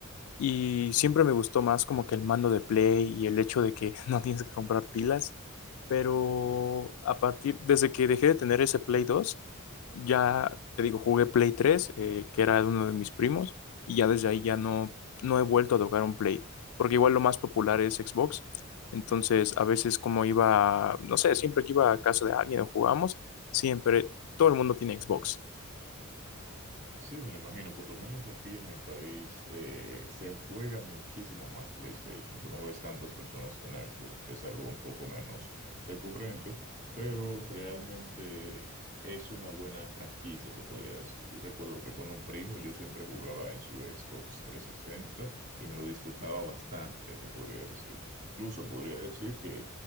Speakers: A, on the left; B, on the right.
A: Y siempre me gustó más como que el mando de Play y el hecho de que <laughs> no tienes que comprar pilas. Pero a partir, desde que dejé de tener ese Play 2 ya te digo, jugué Play 3 eh, que era de uno de mis primos, y ya desde ahí ya no, no he vuelto a tocar un Play. Porque igual lo más popular es Xbox. Entonces, a veces como iba, no sé, siempre que iba a casa de alguien o jugamos, siempre todo el mundo tiene Xbox.
B: Sí, me lo imagino. Por lo menos aquí en mi país eh, se juega muchísimo más PlayStation. Tú no ves tantas personas con Xbox. Es algo un poco menos recurrente, pero realmente es una buena franquicia, se podría decir. Yo recuerdo que con un primo yo siempre jugaba en su Xbox trescientos sesenta y me lo disfrutaba bastante, te podría decir. Incluso podría decir que